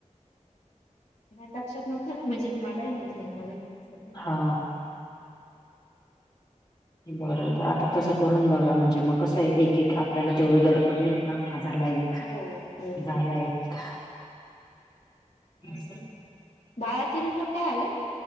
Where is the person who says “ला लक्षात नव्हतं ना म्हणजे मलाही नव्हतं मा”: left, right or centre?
Left